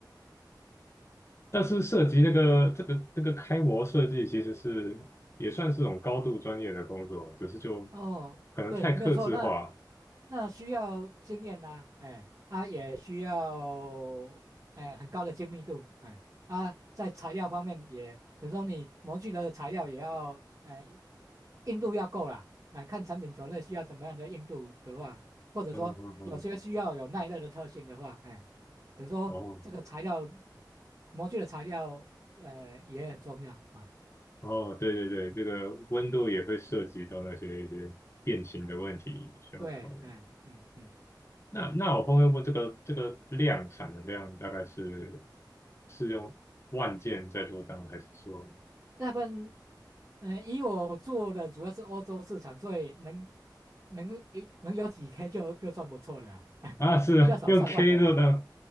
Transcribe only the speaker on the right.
哦，
对，没有错。那那需要经验呐、哎，啊也需要哎很高的精密度，哎啊在材料方面也，等如说你模具的材料也要哎硬度要够啦，哎看产品种类需要怎么样的硬度的话，或者说有些需要有耐热的特性的话，
哎，等如说这个材料
模具的材料，呃也很重要啊，
对，哎嗯嗯。
大部分，呃，以我做的主要是欧洲市场，所以能能有能有几 K 就就算不错了啊，
<laughs> 比较少上万的啦。